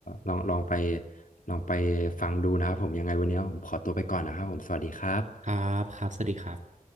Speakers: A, on the left; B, on the right.
A: ลองลองไปลองไปฟังดูนะครับผมยังไงวันเนี้ยผมขอตัวไปก่อนนะครับผมสวัสดีครับ
B: ครับครับ สวัสดีครับ